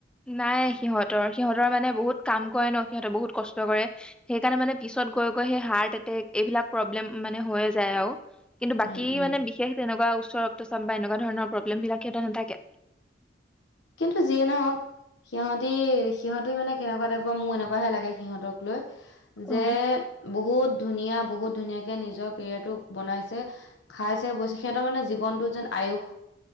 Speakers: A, in the centre; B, on the left.
A: নাই সিহঁতৰ সিহঁতৰ মানে বহুত কাম কৰে ন সিহঁতে বহুত কষ্ট কৰে সেইকাৰণে মানে পিছত গৈ গৈ সেই হাৰ্ট এটেক এইবিলাক প্ৰব্লেম মানে হৈয়ে যায় আওঁ। কিন্তু বাকী
B: উম, উম,
A: মানে বিশেষ তেনেকুৱা উচ্চ ৰক্ত। গম পাই এনেকুৱা ধৰণৰ প্ৰব্লেম বিলাক সিহঁত নাথাকে।
B: কিন্তু যিয়ে নহওক সিহঁতি সিহঁতি মানে কেনেকুৱা টাইপৰ মোৰ এনেকুৱাহে লাগে সিহঁতক লৈ।
A: উম,
B: যে বহুত। ধুনীয়া বহুত ধুনীয়াকে নিজৰ কেৰিয়াৰটো বনাইছে খাইছে বৈছে সিহঁতৰ মানে জীৱনটোত যেন আয়ুস